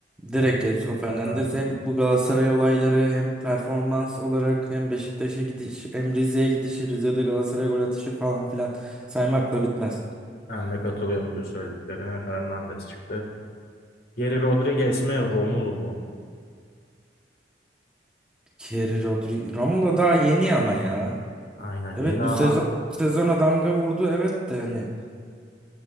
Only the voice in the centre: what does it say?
Direkt
Gelson Fernandes
hem bu Galatasaray olayları hem performans olarak hem Beşiktaş'a gidiş hem Rize'ye gidişi Rize'de Galatasaray gol atışı falan filan saymakla bitmez.
Kerry Rodri Romulo daha yeni ama ya.
Evet
bu
sezon bu sezona damga vurdu evet de yani